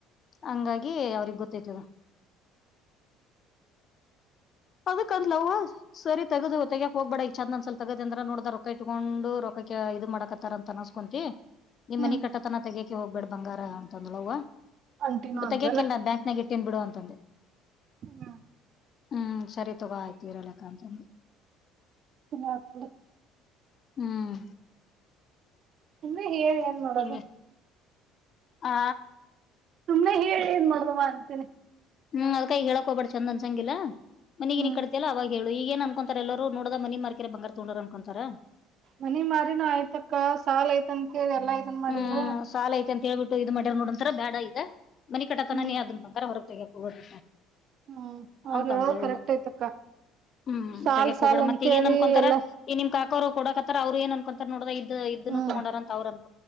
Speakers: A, on the left; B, on the right.
A: ಹಂಗಾಗಿ ಅವರಿಗ ಗೊತೈತದ. ಅದು ಕಂದ್ಲವ್ವ. ಸರಿ ತಗದು ತಗ್ಯಾಕ್ ಹೋಗ್ಬೇಡ ಈಗ ಚಂದನಸಲ ತಗದೆಂದ್ರ ನೋಡದ ರೊಕ್ಕ ಇಟ್ಕೊಂಡು ರೊಕ್ಕಕ್ಕೆ ಇದು ಮಾಡಕತ್ತಾರ ಅ ತನಸ್ಕೊಂತಿ ನಿಮ್
B: ಹ್ಮ್
A: ಮನಿ ಕಟ್ಟತನ ತಗಯಕೆ ಹೋಗ್ಬೇಡ್ ಬಂಗಾರ ಅಂತಂದ್ಳ ಅವ್ವ.
B: ಅಂಟಿನೂ ಅಂದ್ಲಲ್ಲ
A: ತಗಿಯಕ್ಕೆಲ್ಲ ನಾನ ಬ್ಯಾಂಕ್ನಾಗ ಇಟ್ಟಿನ್ ಬಿಡು ಅಂತಂದೆ.
B: ಹ್ಮ.
A: ಹ್ಮ್ ಸರಿ ತಗೋ ಆಯ್ತ ಇರಲ್ಲಕ ಅಂತಂದಿ.
B: ಚಲೋ ಆತ ಬಿಡ್.
A: ಹ್ಮ್.
B: ಸುಮ್ಮ ಹೇಳಿ ಏನ್ ಮಾಡೋದು.
A: ಹಿಂಗೆ ಆ.
B: ಸುಮ್ಮ್ ಹೇಳಿ ಏನ್ ಮಾಡೋದವಾ ಅಂತಿನಿ.
A: ಹ್ಮ ಅದ್ಕ ಈಗ ಹೇಳಾಕ ಹೋಗ್ಬೇಡ ಚಂದ ಅನಸಂಗಿಲ್ಲ ಮನಿ ಗಿನಿ
B: ಹ್ಮ್
A: ಕಟ್ಟತಿ ಅಲಾ ಅವಾಗ ಹೇಳ್. ಈಗೇನ ಅನ್ಕೊಂತರ ಎಲ್ಲರು ನೋಡದ ಮನಿ ಮಾರಿ ಬಂಗಾರ ತಗೊಂಡಾರ ಅನ್ಕೊಂತಾರ.
B: ಮನಿ ಮಾರಿನೂ ಆಯ್ತಕ್ಕ ಸಾಲ ಐತೆಂತ ಹೇಳಿ ಎಲ್ಲಾ ಇದನ್ ಮಾಡಿದ್ರ.
A: ಹ್ಮ್ ಸಾಲ ಐತಾಂತ ಹೇಳಿ ಬಿಟ್ಟು ಇದು ಮಾಡ್ಯಾರ ನೋಡ್ ಅಂತಾರ ಬ್ಯಾಡ ಈಗ ಮನಿ ಕಟ್ಟ ತನ
B: ಹ್ಮ್
A: ನಿ ಅದ್ ಬಂಗಾರ ಹೊರಗ ತಗಿಬ್ಯಾಡ್.
B: ಹ್ಮ್ ಅವ್ರ
A: ಅಂತ
B: ಹೇಳೋದು
A: ಅಂದ್ಲ ಅವ್ವನು
B: ಕರೆಕ್ಟ್ ಐತಕ್ಕ
A: ಹ್ಮ್
B: ಸಾಲ್
A: ತಗಿಯಕ್
B: ಸಾಲ್
A: ಹೋಗ್ಬೇಡ
B: ಅಂತೇಳಿ
A: ಮತ್ತ ಈಗ ಏನ್ ಅನ್ಕೊಂತಾರ.
B: ಎಲ್ಲ
A: ಈ ನಿಮ್ ಕಾಕಾರು ಕೊಡಕತ್ತಾರ ಅವ್ರು ಏನನ್ಕಂತರ ನೋಡದ ಇದ್ದ ಇದ್ದನ್ನು
B: ಹ್ಮ್
A: ತಗೊಂಡಾರ ಅಂತ ಅವ್ರ ಅನ್ಕ